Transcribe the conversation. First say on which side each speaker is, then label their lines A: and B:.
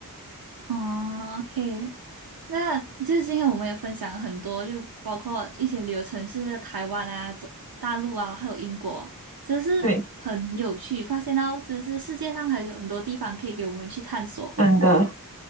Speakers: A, on the right; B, on the right.
A: 嗯，OK，那就是今天我们也分享了很多，就包括一些旅游城市，就台湾啊、中大陆啊，还有英国，真是很有趣，
B: 对，
A: 发现到真是世界上还有很多地方可以给我们去探索。
B: 真的